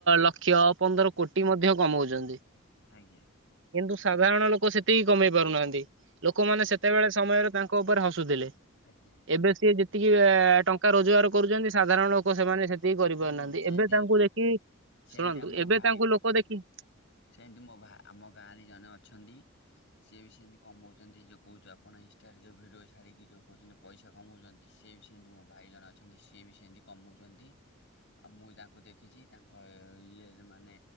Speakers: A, on the right (about 60°); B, on the left (about 60°).
A: ଲକ୍ଷ ପନ୍ଦର କୋଟି ମଧ୍ୟ କମଉଛନ୍ତି।
B: ଆଜ୍ଞା।
A: କିନ୍ତୁ ସାଧାରଣ ଲୋକ ସେତିକି କମେଇ ପାରୁନାହାନ୍ତି ଲୋକମାନେ ସେତେବେଳେ ସମୟର ତାଙ୍କ ଉପରେ ହସୁଥିଲେ।
B: ଆଜ୍ଞା।
A: ଏବେ ସିଏ ଯେତିକି ଟଙ୍କା ରୋଜଗାର କରୁଛନ୍ତି ସାଧାରଣ ଲୋକ ସେମାନେ ସେ କେହିଁ କରିପାରୁନାହାନ୍ତି
B: ହୁଁ ସେମିତି
A: ଏବେ ତାଙ୍କୁ ଦେଖି
B: ସେମିତି
A: ଶୁଣନ୍ତୁ
B: ଆମ
A: ଏବେ
B: ଭାଇ
A: ତାଙ୍କୁ ଲୋକ ଦେଖି
B: ସେମିତି ମୋ ଭା ଆମ ଗାଁରେ ଜଣେ ଅଛନ୍ତି। ସିଏ ବି ସେମିତି କମଉଛନ୍ତି ଯେଉଁ କହୁଛ ଆପଣ ଇନଷ୍ଟାରେ ଯେଉଁ ଭିଡ଼ିଓ ଛାଡ଼ିକି ଯେଉଁ କହୁଛନ୍ତି ପଇସା କମଉଛନ୍ତି ସିଏ ବି ସେମିତି ମୋ ଭାଇଜଣ ଅଛନ୍ତି ସିଏ ବି ସେମିତି କମଉଛନ୍ତି। ଆଉ ମୁଁ ତାଙ୍କୁ ଦେଖିଛି ତାଙ୍କ ଇଏରେ ମାନେ